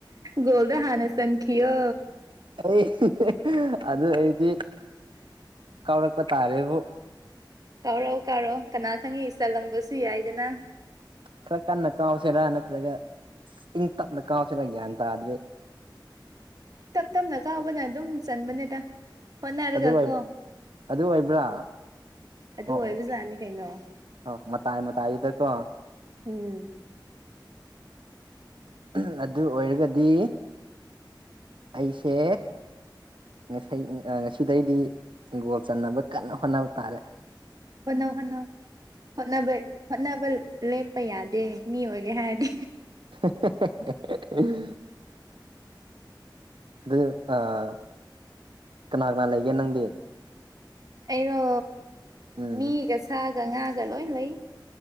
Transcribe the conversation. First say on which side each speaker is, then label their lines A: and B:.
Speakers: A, on the right; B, on the right.
A: ꯀꯣꯜꯗꯣ ꯍꯥꯟꯅ ꯆꯟꯈꯤꯌꯣ
B: ꯑꯩ ꯑꯗꯨ ꯑꯩꯗꯤ ꯀꯧꯔꯛꯄ ꯇꯥꯔꯦꯕꯨ
A: ꯀꯥꯎꯔꯛꯑꯣ ꯀꯥꯎꯔꯛ ꯀꯅꯥ ꯈꯪꯉꯤ ꯆꯜꯂꯝꯕꯁꯨ ꯌꯥꯏꯗꯅ
B: ꯈꯔ ꯀꯟꯅ ꯀꯥꯎꯁꯤꯔꯥꯅ ꯅꯠꯇ꯭ꯔꯒ ꯏꯪ ꯇꯞꯅ ꯀꯥꯎꯁꯤꯔꯥ ꯒ꯭ꯌꯥꯟ ꯇꯥꯗ꯭ꯔꯦ
A: ꯇꯞ ꯇꯞꯅ ꯀꯥꯎꯕꯅ ꯑꯗꯨꯝ ꯆꯟꯕꯅꯦꯗ ꯍꯣꯠꯅꯔꯒ
B: ꯑꯗꯨ
A: ꯀꯣ
B: ꯑꯗꯨ ꯑꯣꯏꯕ꯭ꯔꯥ
A: ꯑꯗꯨ
B: ꯑꯣ
A: ꯑꯣꯏꯕꯖꯥꯠꯅꯤ
B: ꯑꯣ
A: ꯀꯩꯅꯣ
B: ꯑꯣ ꯃꯇꯥꯏ ꯃꯇꯥꯏꯗꯀꯣ
A: ꯎꯝ
B: ꯎꯝ ꯑꯗꯨ ꯑꯣꯏꯔꯒꯗꯤ ꯑꯩꯁꯦ ꯉꯁꯤ ꯉꯁꯤꯗꯩꯗꯤ ꯒꯣꯜ ꯆꯟꯅꯅꯕ ꯀꯟꯅ ꯍꯣꯠꯅꯕ ꯇꯥꯔꯦ
A: ꯍꯣꯠꯅꯧ ꯍꯣꯠꯅꯧ ꯍꯣꯠꯅꯕ ꯍꯣꯠꯅꯕ ꯂꯦꯞꯄ ꯌꯥꯗꯦ ꯃꯤ ꯑꯣꯏꯒꯦ ꯍꯥꯏꯔꯗꯤ
B: <unintelligible> ꯑꯗꯨ ꯑꯥ ꯀꯅꯥ ꯀꯅꯥ ꯂꯩꯒꯦ ꯅꯪꯗꯤ
A: ꯑꯩꯔꯣ
B: ꯎꯝ
A: ꯃꯤꯒ ꯁꯥꯒ ꯉꯥꯒ ꯂꯣꯏ ꯂꯩ